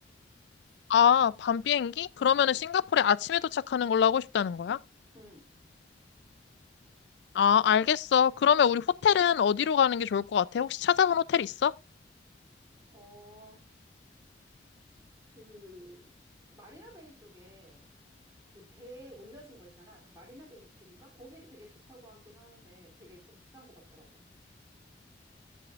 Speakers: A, on the left; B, on the right.
A: 아, 밤 비행기? 그러면은
B: 응,
A: 싱가포르에 아침에 도착하는 걸로 하고 싶다는 거야?
B: 응.
A: 아, 알겠어. 그러면 우리 호텔은 어디로 가는 게 좋을 것 같아? 혹시 찾아본 호텔 있어?
B: 어, 그, 그 마리나 베이 쪽에 그 배에 올려진 거 있잖아. 그 마리나 베이 호텔인가? 거기도 되게 좋다고 하긴 하는데 되게 좀 비싼 것 같더라고.